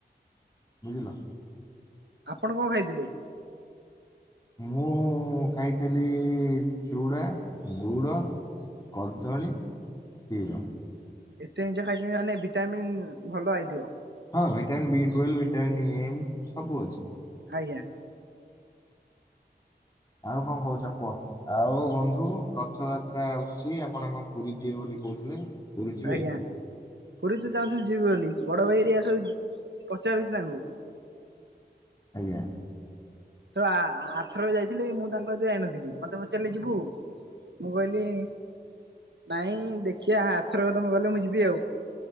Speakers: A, on the left; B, on the right.
A: ବୁଝିଲ।
B: ଆପଣ କଣ ଖାଇଥିଲେ?
A: ମୁଁ ଖାଇଥିଲି ଚୁଡ଼ା ଗୁଡ଼ କଦଳୀ କ୍ଷୀର।
B: ଏତେ ଜିନିଚ ଖାଇଛନ୍ତି ମାନେ ଭିଟାମିନ ଭଲ ଆଇଥିବ।
A: ହଁ vitamin B twelve vitamin E M ସବୁ ଅଛି।
B: ଆଜ୍ଞା
A: ଆଉ କଣ କହୁଛ କୁହ? ଆଉ ବନ୍ଧୁ ରଥଯାତ୍ରା ଆସୁଚି ଆପଣଙ୍କଣ ପୁରୀ ଯିବେ ବୋଲି କହୁଥିଲେ ପୁରୀ ଯିବେ
B: ଆଜ୍ଞା ପୁରୀ ତ ଚାହୁଁଥିଲି ଯିବି ବୋଲି ବଡ ଭାଇ ହେରିଆ ସବୁ ପଚାରୁଛି ତାଙ୍କୁ
A: ଆଜ୍ଞା
B: ସ ଆ ଆଥରକ ଯାଇଥିଲେ ମୁଁ ତାଙ୍କ ଏତ ଯାଇନଥିଲି ମତେ ପଚାରିଲେ ଯିବୁ ମୁଁ କହିଲି ନାଇଁ ଦେଖିବା ଆଥରକ ତମ କଲେ ମୁଁ ଯିବି ଆଉ।